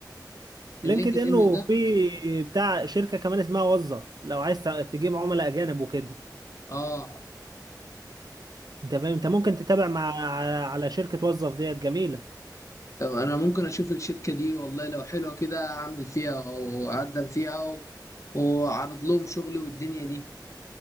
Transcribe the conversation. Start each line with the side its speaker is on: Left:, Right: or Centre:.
Right: لينكد
Left: اللينكد
Right: ان
Left: ان
Right: وفي
Left: ده
Right: بتاع شركه كمان اسمها وظف لو عايز ت- تجيب عملاء اجانب وكده
Left: اه
Right: انت فاهم انت ممكن تتابع مع على شركه وظف ديت جميله
Left: طب انا ممكن اشوف الشركه دي والله لو حلوه كده اعمل فيها واقدم فيها و- واعرض لهم شغلي والدنيا دي